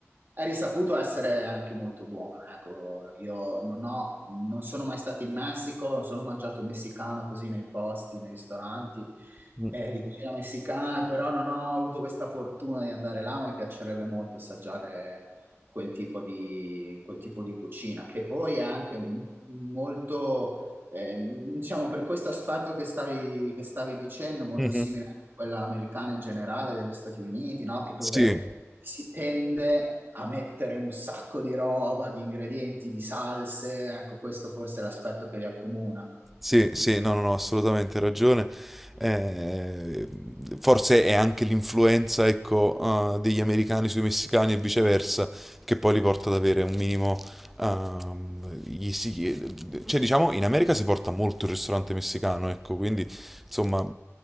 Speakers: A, on the right; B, in the centre.
A: è risaputo essere anche molto buona, ecco. Io non ho, non sono mai stato in Messico, ho solo mangiato messicano così nei posti, nei ristoranti
B: Mm.
A: eh, di cucina messicana, però non ho avuto questa fortuna di andare là, ma mi piacerebbe molto assaggiare quel tipo di, quel tipo di cucina, che poi è anche un- molto eh, diciamo per questo aspetto che stavi, che stavi dicendo, molto
B: Mhm.
A: simile a quella americana in generale, degli Stati Uniti, no? Che- dove
B: Sì.
A: si tende a mettere un sacco di roba, di ingredienti, di salse, ecco, questo forse è l'aspetto che li accomuna.
B: Sì, sì, no, no, no, assolutamente ragione. Eh, forse è anche l'influenza, ecco, eh, degli americani sui messicani e viceversa, che poi li porta ad avere un minimo. ehm, gli si- cioè, diciamo, in America si porta molto il ristorante messicano, ecco, quindi insomma,